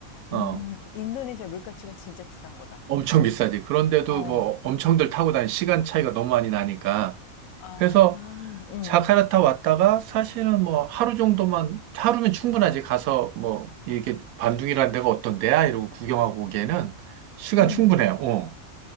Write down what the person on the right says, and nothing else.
어.
엄청 비싸지. 그런데도
뭐 엄청들 타고 다니는 시간 차이가 너무 많이 나니까.
그래서
자카르타 왔다가 사실은 뭐 하루 정도만, 하루면 충분하지. 가서 뭐 이게 반둥이라는 데가 어떤 데야? 이러고 구경하고 오기에는 시간
충분해요. 어.